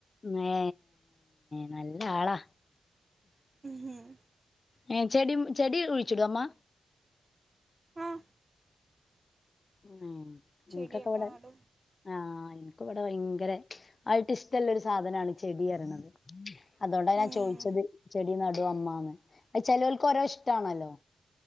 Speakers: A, on the left; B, on the right.
A: ഏ നല്ല ആളാ
B: ഉംഹും
A: ഏ ചെടി ചെടി കുഴിച്ചിടോമ്മ
B: ആഹ്
A: ഉം
B: ചെടിയൊക്കെ
A: ഇൻക്കക്കെവിടെ
B: നടും
A: ആഹ് എനിക്ക ഇവിടെ ഭയങ്കര ആയിട്ട് ഇഷ്ടമുള്ളരു സാധനാണ് ചെടി ഇറണത് അതോണ്ടാ ഞാൻ
B: ഉം
A: ചോയ്ച്ചത് ചെടി നടു അമ്മാന്ന് അ ചെിലവൾക്ക് ഓരോ ഇഷ്ടമാണല്ലോ